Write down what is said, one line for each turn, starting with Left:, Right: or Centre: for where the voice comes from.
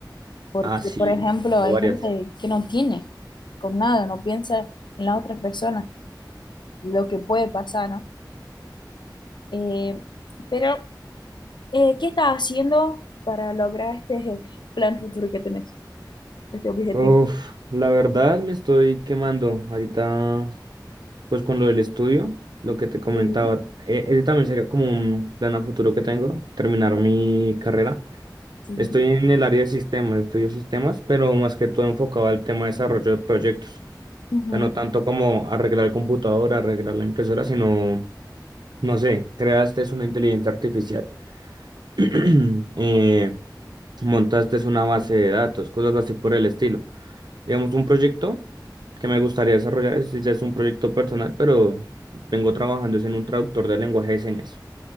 Left: Porque,
Right: Ah, sí,
Left: por ejemplo,
Right: tengo
Left: hay
Right: varias.
Left: gente que no tiene con nada, no piensa en las otras personas, lo que puede pasar, ¿no? Eh, pero, eh, ¿qué estás haciendo para lograr este eh, plan futuro que tenés, este objetivo?
Right: Uf, la verdad me estoy quemando ahorita, pues con lo del estudio, lo que te comentaba,
Left: Sí,
Right: eh, ese también sería como un plan a futuro que tengo, terminar mi carrera.
Left: sí.
Right: Estoy en el área de sistemas, estudio sistemas, pero más que todo enfocado al tema de desarrollo de proyectos.
Left: Ujú.
Right: O sea, no tanto como arreglar el computador, arreglar la impresora, sino, no sé, creaste una inteligencia artificial, <clears throat> eh, montaste una base de datos, cosas así por el estilo. Digamos, un proyecto que me gustaría desarrollar, ese ya es un proyecto personal, pero vengo trabajando es en un traductor de lenguaje de señas,